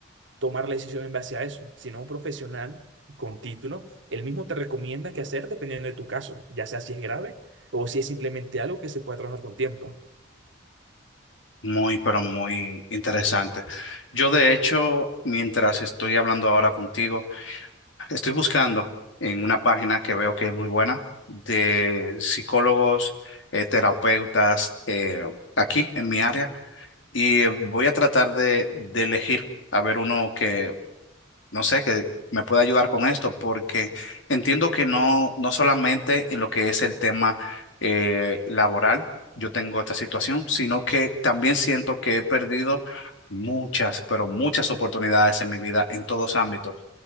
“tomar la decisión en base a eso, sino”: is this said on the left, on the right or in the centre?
Right